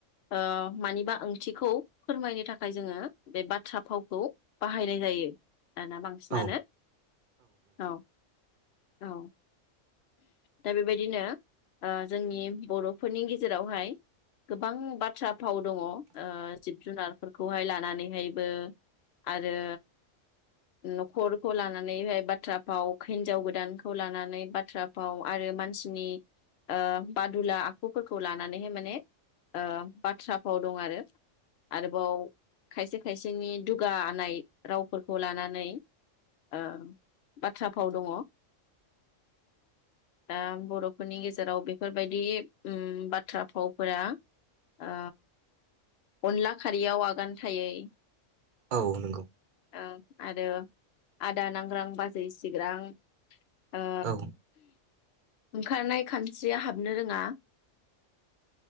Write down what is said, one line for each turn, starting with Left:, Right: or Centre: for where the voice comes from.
Left: ओ‌ मानिबा ओंथिखौ फोरमायनो थाखाय‌ जोङो बे बाथ्रा भावखौ बाहायनाय जायो आरोना बांसिनानो
Right: औ
Left: औ। औ दा बेबायदिनो ओ जोंनि बर'फोरनि गेजेराव हाय गोबां बाथ्रा फाव दङ ओ जिब जुनार फोरखौहाय लानानैहायबो आरो न'खरखौ लानानै हाय बाथ्रा फाव हिन्जाव गोदान खौ लानानै बाथ्रा फाव आरो मानसिनि ओ बादुला आखुफोरखौ लानानै माने ओ बाथ्रा फाव दं आरो आरोबाव खायसे खायसेनि दुगानाय रावफोरखौ लानानै ओ बाथ्रा फाव दङ। औ दा बर'फोरनि गेजेराव बेफोरबायदि उम बाथ्रा फावफोरा ओ अनला खारियाव आगान थायै।
Right: औ नंगौ।
Left: ओं आरो आदा नांग्रां बाजै सिग्रां। ओ
Right: औ
Left: ओंखारनाय खानस्रिया हाबनो रोङा।